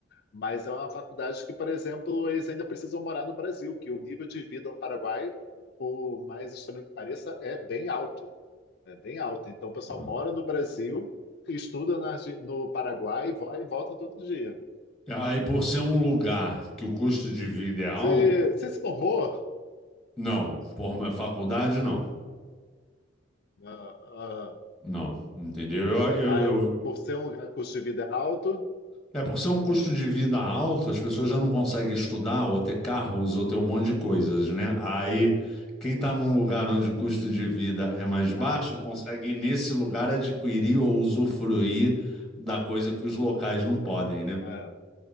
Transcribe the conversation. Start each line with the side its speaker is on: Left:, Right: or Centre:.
Left: Mas é uma faculdade que, por exemplo, eles ainda precisam morar no Brasil, que o nível de vida no Paraguai, por mais estranho que pareça, é bem alto, é bem alto. Então, o pessoal
Centre: Ah.
Left: mora no Brasil, estuda na Arge- no Paraguai e vai- e volta todo dia.
Centre: Aí, por ser um lugar que o custo de vida é alto,
Left: Você, você se formou?
Centre: não. Forma faculdade, não.
Left: Ah, ah,
Centre: Não, entendeu? Eu,
Left: ah,
Centre: eu,
Left: eu, por ser um lugar que o custo de vida é alto.
Centre: É, por ser um custo de vida alto, as pessoas já não conseguem estudar ou ter carros ou ter um monte de coisas, né? Aí, quem está num lugar onde o custo de vida é mais baixo,
Left: Ah,
Centre: consegue nesse lugar adquirir ou usufruir da coisa que os locais não podem,
Left: <clears throat>
Centre: né?
Left: é.